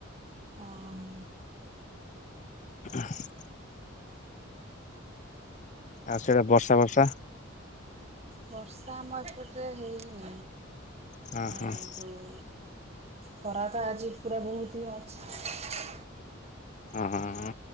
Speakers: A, on the right (about 30°); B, on the left (about 35°).
A: ହଁ।
B: ଉଁ ହୁ। ଆଉ ସେଇଟା ବର୍ଷା ବର୍ଷା
A: ବର୍ଷା ଆମ ଏପଟେ ହେଇନି।
B: ହଁ
A: ମାନେ
B: ହଁ
A: ଯୋଉ ଖରା ତ ଆଜି ପୁରା ବହୁତ ହିଁ ଅଛି।
B: ହଁ